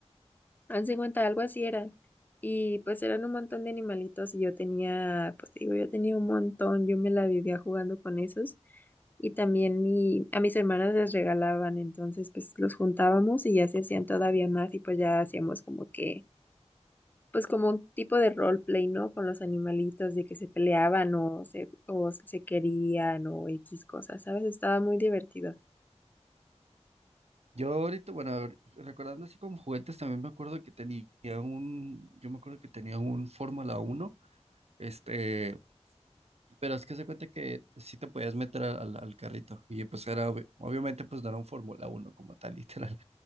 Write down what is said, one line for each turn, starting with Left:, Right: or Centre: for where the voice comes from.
Left: haz de cuenta, algo así eran. Y pues eran un montón de animalitos y yo tenía, pues te digo, yo tenía un montón, yo me la vivía jugando con esos. Y también mi, a mis hermanas les regalaban, entonces pues los juntábamos y ya se hacían todavía más y pues ya hacíamos como que pues como un tipo de roleplay, ¿no? Con los animalitos de que se peleaban o se, o se querían o X cosas, ¿sabes? Estaba muy divertido.
Right: Yo ahorita, bueno, ahor- recordando así como juguetes, también me acuerdo que tenía un, yo me acuerdo que tenía un Fórmula uno este, pero es que se cuenta que sí te podías meter a- al, al carrito y pues era, obvi- obviamente pues no era un Fórmula uno como tal, <laughs> literal,